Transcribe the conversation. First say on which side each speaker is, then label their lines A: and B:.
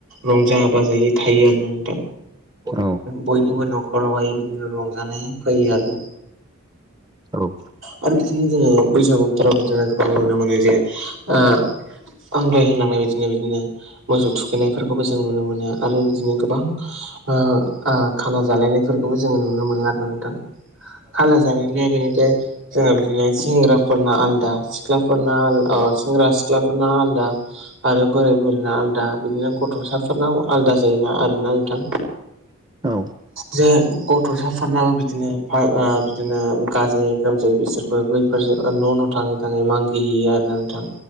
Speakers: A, on the right; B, on the right.
A: रंजा बाजायै थायो आरोना नों थां
B: औ
A: बयनिबो न'खरावहाय बिदिनो रंजानाय फैयो आरो
B: औ
A: आरो बिदिनो जोङो बैसागु बोथोराव जोङो गोबां नुनो मोनो जे ओ आंगाय होनानै बिदिनो बिदिनो मोसौ थुखैनायफोरखौबो जों नुनो मोनो आरो बिदिनो गोबां ओ ओ खाना जालायनायफोरखौबो जोङो नुनो मोनो आरो नोंथां। <unintelligible> जोङो बिदिनो सेंग्राफोरना आलदा सिख्लाफोरना आल अ ओ सेंग्रा सिख्लाफोरना आलादा आरो बोराय बुरैना आलदा बिदिनो गथ'साफोरनाव आलदा जायोना आरोना नोंथां।
B: औ औ
A: जे गथ'साफोरनाबो बिदिनो ओ बिदिनो गाजायै गोमजायै बिसोरबो बैफोरजों न' न' थाङै थाङै मागिहैयो आरो ना नोंथां।